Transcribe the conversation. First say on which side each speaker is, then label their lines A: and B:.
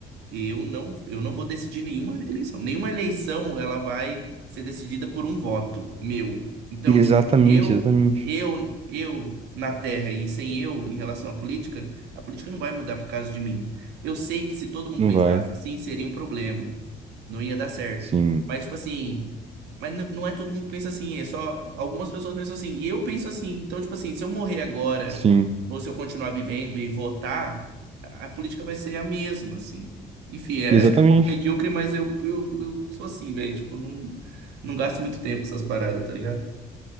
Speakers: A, on the right (about 85°); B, on the right (about 35°).
A: eu não eu não vou decidir nenhuma eleição. Nenhuma eleição ela vai ser decidida por um voto meu. Então,
B: Exatamente,
A: tipo assim, eu
B: exatamente.
A: Eu, eu na Terra e sem eu em relação à política, a política não vai mudar por causa de mim. Eu sei que se todo mundo
B: Não
A: pensasse
B: vai.
A: assim, seria um problema não ia dar certo.
B: Sim,
A: Mas, tipo assim, mas n- não é todo mundo que pensa assim, é só algumas pessoas pensam assim, e eu penso assim. Então, tipo assim, se eu morrer agora,
B: sim.
A: ou se eu continuar vivendo e votar, a a política vai ser a mesma, assim. Enfim, é-
B: Exatamente.
A: acho que é um pouco medíocre, mas eu, eu, eu sou assim, velho. Tipo, não, não gasto muito tempo com essas paradas, tá ligado?